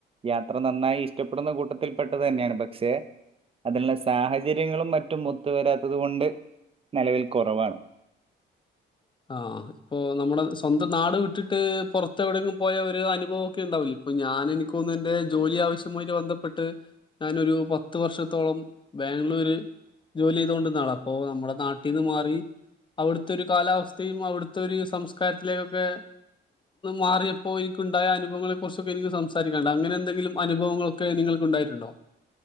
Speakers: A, on the right (about 30°); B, on the left (about 25°).
A: യാത്ര നന്നായി ഇഷ്ടപ്പെടുന്ന കൂട്ടത്തിൽ പെട്ടത് തന്നെയാണ് പക്ഷെ അതിനുള്ള സാഹചര്യങ്ങളും മറ്റും ഒത്ത് വരാത്തത് കൊണ്ട് നിലവിൽ കുറവാണ്
B: ആ ഇപ്പൊ നമ്മുടെ സ്വന്തം നാട് വിട്ടിട്ട് പുറത്തെ എവിടെയെങ്കിലും പോയ ഒരു അനുഭവൊക്കെ ഉണ്ടാവില്ല ഇപ്പൊ ഞാൻ എനിക്കൊന്ന എൻന്റെ ജോലി ആവശ്യമായിട്ട് ബന്ധപ്പെട്ട് ഞാനൊരു പത്ത് വർഷത്തോളം ബാംഗ്ലൂര് ജോലി ചെയ്ത കൊണ്ടിന്നാണ് അപ്പൊ നമ്മുടെ നാട്ടിൽന്ന് മാറി അവിടുത്തെ ഒരു കാലാവസ്ഥ ഇയും അവിടുത്തെ ഒരു സംസ്കാരത്തിലേക്കൊക്കെ മാറിയപ്പോ എനിക്ക ഉണ്ടായ അനുഭവങ്ങളെ കുറിച്ചൊക്കെ എനിക്ക് സംസാരിക്കണ്ട അങ്ങനെ എന്തെങ്കിലും അനുഭവങ്ങളൊക്കെ നിങ്ങൾക്ക് ഉണ്ടായിട്ടുണ്ടോ